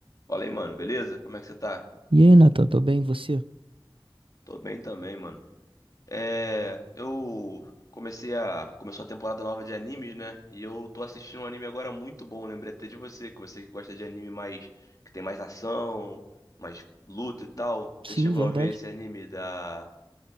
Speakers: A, on the left; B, on the right.
A: Fala aí, mano, beleza? Como é que você tá?
B: E aí, Nathan, tô bem? e Você?
A: Tô bem também, mano. É, eu comecei a. Começou a temporada nova de animes, né? E eu tô assistindo um anime agora muito bom. Lembrei até de você, que você que gosta de anime mais. que tem mais ação, mais luta e tal. Você
B: Sim,
A: chegou
B: verdade?
A: a ver esse anime da.